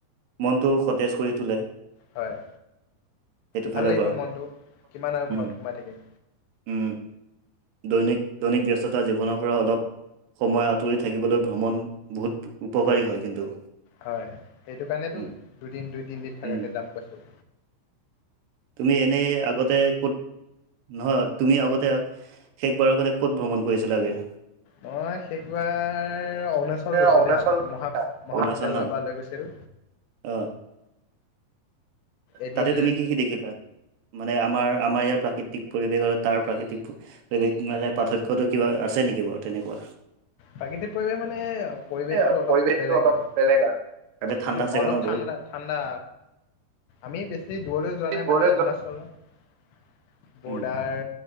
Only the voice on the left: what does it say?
হয়
ভাল
লাগিব
মনটো কিমান আৰু
ঘৰত সোমাই থাকিম
হয় সেইটো কাৰণেতো
দুদিন দুই তিনিদিন থকাকে
যাম কৈছোঁ।
মই সেশবাৰ অৰুণাচল
গৈছিল
দেই মহা মহাবিদ্যয়ালয়ৰ
পৰা লৈ গৈছিল
এদিন
প্ৰাকৃতিক পৰিৱেশ মানে পৰিৱেশটো
অলপ
বেলেগ
আৰু
এইটো
অলপ
ঠাণ্ডা ঠাণ্ডা। আমি বেছি দূৰলৈ যোৱা নাই
মানে অৰুণাচলৰ
বৰ্ডাৰ